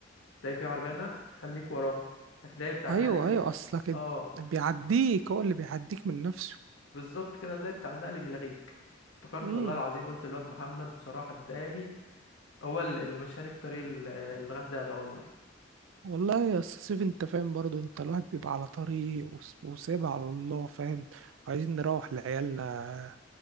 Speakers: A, on the left; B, on the right.
A: هتلاقي فيه عربية نقل خليك وراها هتلاقي بتاع
B: ايوه
A: النقل بي
B: ايوه اصلك انت
A: اه
B: بيعديك هو اللي بيعديك من نفسه
A: بالظبط كده هتلاقي بتاع النقل بيلغيك افتكرت
B: امم
A: والله العظيم قلت الواد محمد بصراحة اداني هو اللي اللي مشاني في طريق ال- الغردقة ده والله
B: والله يا أستاذ سيف انت فاهم برضو انت الواحد بيبقى على طريق وس- وسايبها على الله فاهم وعايزين نروح لعيالنا